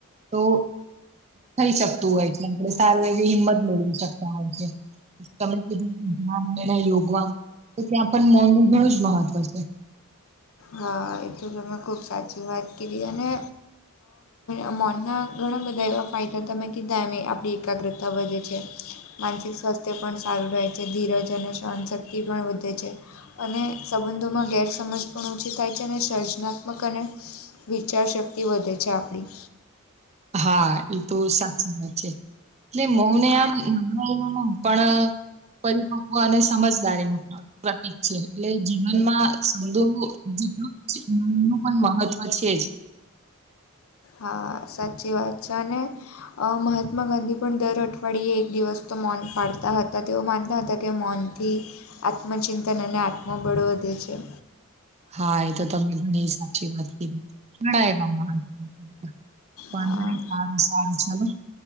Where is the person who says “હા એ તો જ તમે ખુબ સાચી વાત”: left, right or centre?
Left